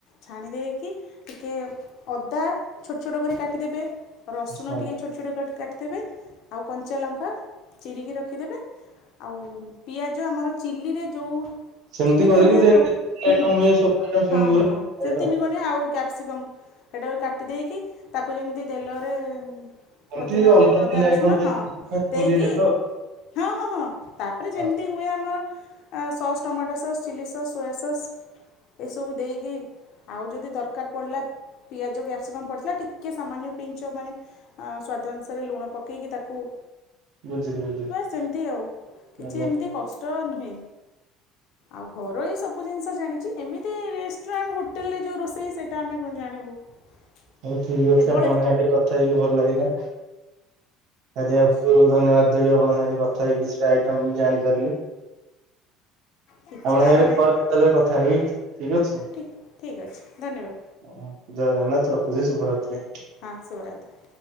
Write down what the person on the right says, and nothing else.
ହଁ
ସେମିତି
କରିକି
ଯେମିତି
ଆଇଟମ ହୁଏ ସବୁ ଆଇଟମ ସେମିତି
ହୁଏ।
ଏମିତି
ଅଲଗା
ଚିଲି
ଆଇଟମ୍ ହୁଏ
ସେମିତି
ଡେଟ
ହଁ
ବୁଝିଲି ବୁଝିଲି।
ଆଜ୍ଞା।
ହଉ ଠିକ
ଅଛି ଆପଣଙ୍କ ସାଙ୍ଗେ ଟିକେ କଥା ହେଇକି ଭଲ ଲାଗିଲା ଆଜି
ଆ ଧନ୍ୟବାଦ ଦେବି ଆପଣ ସାଙ୍ଗରେ କଥା ହେଇକି ସେ ଆଇଟମ୍ ବି ଜାଣିପାରିଲି।
ଆପଣଙ୍କ
ସାଙ୍ଗେ
ପରେ କେତେବେଳେ କଥା ହେବି ଠିକ ଅଛି।
ହଁ ଜୟ ଜଗନ୍ନାଥ ରଖୁଛି ଶୁଭରାତ୍ରି।